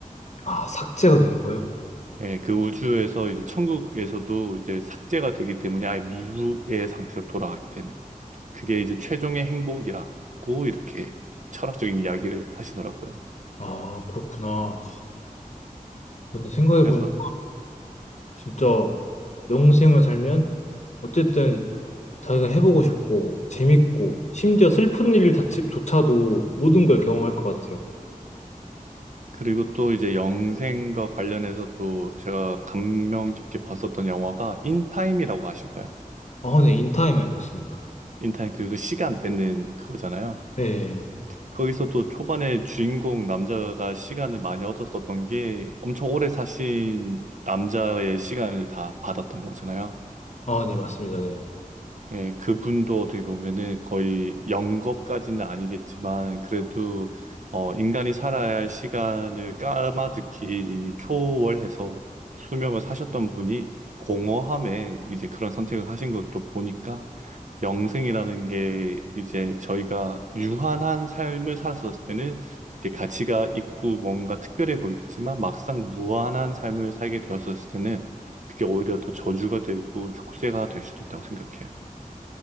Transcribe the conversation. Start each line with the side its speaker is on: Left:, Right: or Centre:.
Left: 아, 삭제가 되는 거예요?
Right: 예, 그 우주에서 이제 천국에서도 이제 삭제가 되기 때문에 아예 무의 상태로 돌아가게 되는 그게 이제 최종의 행복이라고 이렇게 철학적인 이야기를 하시더라고요.
Left: 아, 그렇구나. 근데 생각해보니까
Right: 그래서
Left: 진짜 영생을 살면 어쨌든 자기가 해보고 싶고 재밌고 심지어 슬픈 일 자체조차도 모든 걸 경험할 것 같아요.
Right: 그리고 또 이제 영생과 관련해서 또 제가 감명 깊게 봤었던 영화가 인타임이라고 아실까요?
Left: 아, 네, 인타임 알고 있습니다.
Right: 인타임 그거 시간 뺏는 그거잖아요.
Left: 네,
Right: 거기서도 초반에 주인공 남자가 시간을 많이 얻었었던 게 엄청 오래 사신 남자의 시간을 다 받았던 거잖아요.
Left: 아, 네, 맞습니다. 네,
Right: 예, 그분도 어떻게 보면은 거의 영겁까지는 아니겠지만 그래도 어, 인간이 살아야 할 시간을 까마득히 이미 초월해서 수명을 사셨던 분이 공허함에 이제 그런 선택을 하신 것도 보니까 영생이라는 게 이제 저희가 유한한 삶을 살았었을 때는 그게 가치가 있고 뭔가 특별해 보이겠지만 막상 무한한 삶을 살게 되었었을 때는 그게 오히려 더 저주가 되고 족쇄가 될 수도 있다고 생각해요.